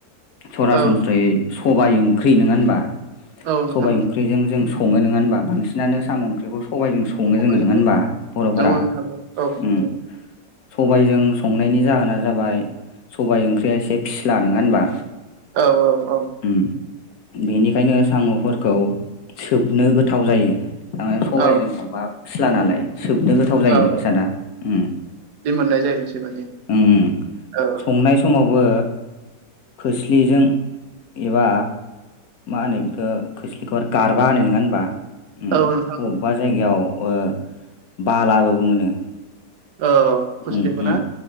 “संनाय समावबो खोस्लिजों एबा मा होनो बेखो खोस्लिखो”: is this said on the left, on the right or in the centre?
Left